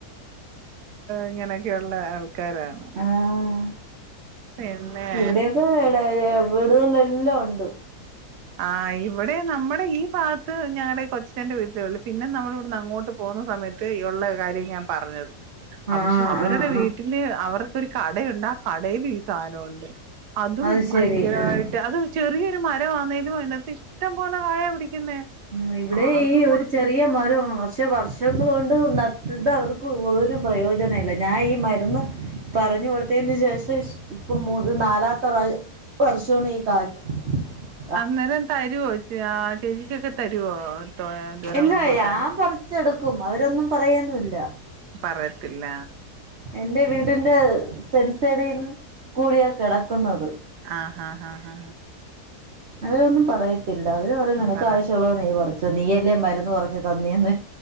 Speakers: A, on the right; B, on the right.
A: ഇങ്ങനെയൊക്കെള്ള ആൾക്കാരാണ്.
B: ആഹ്
A: പിന്നെ
B: ഇവിടെക്ക ട വീടുകളില് എല്ലാം ഉണ്ട്.
A: ആ ഇവിടെ നമ്മുടെ ഈ ഭാഗത്ത് ഞങ്ങടെ ഈ കൊച്ചിച്ചന്റെ വീട്ടിലേ ഉള്ളു പിന്നെ നമ്മൾ ഇവിടുന്ന് അങ്ങോട്ട്. പോന്ന സമയത്ത് ഉള്ള കാര്യം ഞാൻ പറഞ്ഞത്,
B: ആഹ്
A: പക്ഷെ അവരുടെ
B: ആഹ്
A: വീട്ടിൽ.
B: ആഹ്
A: ട്ടില് അവർക്കൊരു കടയുണ്ട് ആ കടേലും ഈ സാധനണ്ട്. അതും
B: അത് ശരി
A: ഭയങ്കരായിട്ട്
B: ആഹ്
A: അത് ചെറിയൊരു മരവാന്നെ. അയ്യോ അയ്നാത്ത് ഇഷ്ടം പോലെ കായ പിടിക്കുന്നേ.
B: ഉം ഇവിടെ
A: ആർക്കും
B: ഈ
A: കൊടുക്കും
B: ഒരു ചെറിയ മരാണ് വസ് പക്ഷെ വർഷങ്ങള് കൊണ്ട് നട്ട്ട്ട് അവർക്ക് ഒരു പ്രയോജനല്ല. ഞാൻ ഈ മരുന്ന്. പറഞ്ഞു കൊടുത്തേന് ശേഷം ഇപ്പൊ മൂന്ന് നാലാത്തറാ വർഷോണ് ഈ കായ്ക്ക
A: അന്നേരം തരുവോ ആ ചേച്ചിക്കൊക്കെ തരുവോ?
B: ഇല്ല
A: റംബൂട്ടാൻ
B: ഞാൻ പറച്ചെടുക്കും അവരൊന്നും പറയെന്നുല്ല,
A: പറയത്തില്ല,
B: എന്റെ വീടിന്റെ സെൻസൈടിൽ കൂടിയാ കിടക്കുന്നത്,
A: ആഹ്, ഹാ, ഹാ, ഹാ.
B: അവരൊന്നും പറയത്തില്ല, അവര് പറയും നിനക്ക്
A: പറ
B: ആവശ്യമുള്ള നീ പറച്ചോ നീയല്ലേ മരുന്ന് പറഞ്ഞു തന്നേന്ന്,